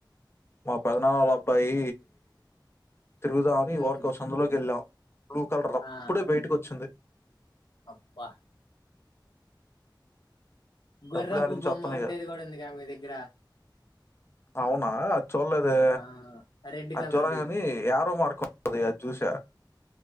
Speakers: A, on the left; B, on the left.
A: మా పెద్దనాన్న వాళ్ళ అబ్బాయి తిరుగుదామని
B: హ్మ్.
A: ఊరికే సందులోకి వెళ్ళాం బ్లూ కలర్ ది ఆది
B: ఆ!
A: అప్పుడే బయటికి వచ్చింది
B: అబ్బా! గొర్రపు
A: డబ్బులాడ్నుంచి
B: బొమ్మ
A: ఒత్తన్నయ్యో.
B: ఉండేది కూడా ఉంది కదా మీ దగ్గర
A: అవునా చూడలేదే
B: ఆ! రెడ్
A: అది
B: కలర్‌ది.
A: చూడలే గాని యారో మార్క్ ఉంటది అది చూసా